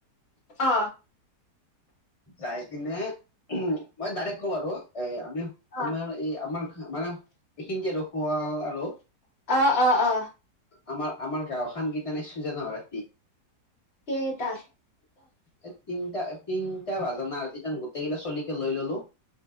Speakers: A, on the left; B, on the left.
A: অ
B: চাই কিনে মই ডাইৰেক্ কম আৰু এ আমি
A: অ
B: আমাৰ এই আমাৰ মানে এইখিনি যে আৰু শুৱাল আৰু
A: অ অ অ
B: আমাৰ আমাৰ গাঁওখন গীতানে চুজান হয়
A: সেই তা
B: এ তিনটা তিনটা বাজানাই আৰু তিনিট গোটেই কিলা চলি লৈ ললো